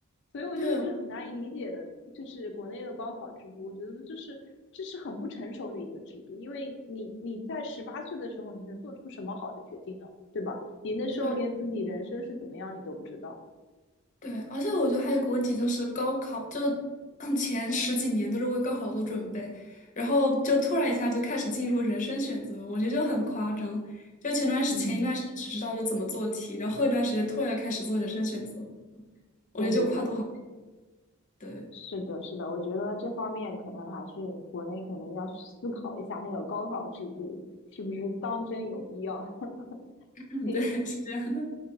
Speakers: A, on the left; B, on the left.
A: 所以我就一直很难以理解的，
B: <laughs> 对
A: 就是国内的高考制度，我觉得这是这是很不成熟的一个制度，因为你你在十八岁的时候，你能做出什么好的决定呢？对吧？你那时候连自己人生是怎么样你都不知道。
B: 对，对，而且我觉得还有个问题就是高考，就嗯前十几年都是为高考做准备，然后就突然一下就开始进入人生选择，我觉得就很夸张。就前段时前一段时间只知道就怎么做题，
A: 嗯，
B: 然后后一段时间突然就开始做人生选择，我觉得就跨度好，
A: 对对对。
B: 对，
A: 是的，是的，我觉得这方面可能还是国内可能要思考一下那个高考制度是不是当真有必要。<laughs>
B: <laughs>
A: 行，
B: 对，是这样的。